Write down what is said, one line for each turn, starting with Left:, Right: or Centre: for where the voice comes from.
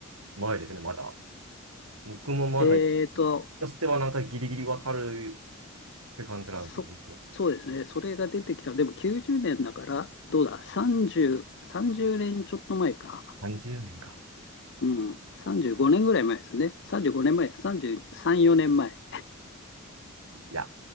Right: 前ですね、まだ。僕もまだ、
Left: えーと、
Right: やつてはなんかギリギリわかるって感じなんですけど、
Left: そ、そうですね。それが出てきた。でも90年だから、どうだ、30、30年ちょっと前か。
Right: 30年か。
Left: うん、35年ぐらい前ですね。35年前、33、4年前。
Right: いや、